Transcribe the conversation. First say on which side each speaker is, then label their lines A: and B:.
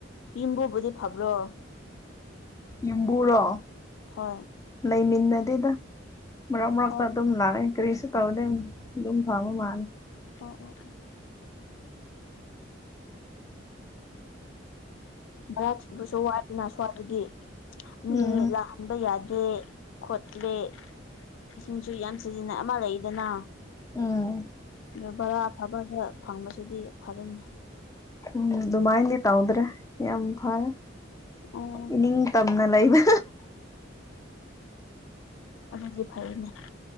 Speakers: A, on the left; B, on the left.
A: ꯌꯨꯝꯕꯨꯗꯤ ꯐꯕ꯭ꯔꯣ
B: ꯏꯝꯕꯔꯣ
A: ꯍꯣꯏ
B: ꯂꯩꯃꯤꯟꯅꯗꯗ ꯃꯔꯛ ꯃꯔꯛꯇ
A: ꯑꯣ
B: ꯑꯗꯨꯝ ꯂꯥꯛꯑꯏꯅꯤ ꯀꯔꯤꯁꯨ ꯇꯧꯔꯗ ꯑꯗꯨꯨꯝ ꯐꯕ ꯃꯥꯜꯂꯦ
A: ꯑꯣ ꯑꯣ ꯑꯣ ꯃꯔꯚꯥ ꯊꯤꯕꯁꯨ ꯋꯥꯏꯗꯅ ꯁ꯭ꯋꯥꯏꯗꯗꯤ ꯃꯤ
B: ꯎꯝ
A: ꯂ ꯈꯟꯕ ꯌꯥꯗꯦ ꯈꯣꯠꯂꯦ ꯏꯁꯤꯡꯁꯨ ꯌꯥꯝ ꯁꯤꯖꯤꯟꯅ ꯑꯃ ꯂꯩꯏꯗꯅ
B: ꯎꯝ
A: ꯑ ꯕꯔꯥ ꯑꯐꯕꯗ ꯐꯪꯕꯁꯤꯗꯤ ꯐꯔꯅꯤ
B: ꯎꯝ ꯑꯗꯨꯃꯥꯏꯅꯗꯤ ꯇꯧꯗ꯭ꯔꯦ ꯌꯥꯝ ꯐꯔꯦ
A: ꯑꯣ
B: ꯏꯅꯤꯡ ꯅ ꯂꯩꯕ
A: ꯑꯗꯨꯗꯤ ꯐꯩꯅꯦ